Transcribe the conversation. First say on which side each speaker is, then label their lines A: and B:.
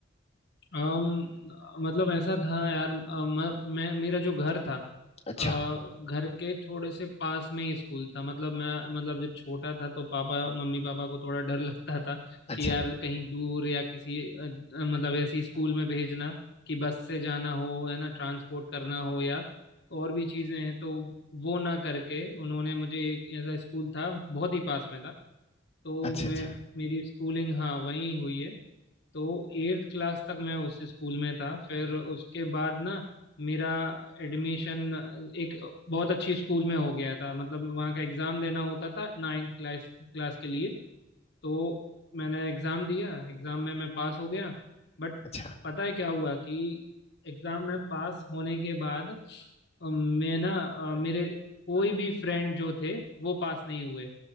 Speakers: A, on the left; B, on the left.
A: अम, मतलब ऐसा था यार अ, म, मैं मेरा जो घर था
B: अच्छा
A: अ, घर के थोड़े से पास में ही स्कूल था मतलब मैं मतलब जब छोटा था तो पापा मम्मी पापा को थोड़ा डर <laughs> लगता था
B: अच्छा
A: कि यार कहीं दूर या किसी अ, अ, मतलब ऐसी स्कूल में भेजना कि बस से जाना हो है ना ट्रांसपोर्ट करना हो या और भी चीज़ें हैं तो वो ना करके उन्होंने मुझे एक ऐसा स्कूल था बहुत ही पास में था तो
B: अच्छा अच्छा
A: मैं मेरी स्कूलिंग हाँ वहीं हुई है तो एट्थ क्लास तक मैं उस स्कूल में था फिर उसके बाद ना मेरा एडमिशन एक बहुत अच्छी स्कूल में हो गया था मतलब वहाँ का एग्ज़ाम देना होता था नाइन्थ क्लास क्लास के लिए तो मैंने एग्ज़ाम दिया एग्ज़ाम में मैं पास हो गया बट
B: अच्छा
A: पता है क्या हुआ कि एग्ज़ाम में पास होने के बाद अ, मैं ना अ, मेरे कोई भी फ्रेंड जो थे वो पास नहीं हुए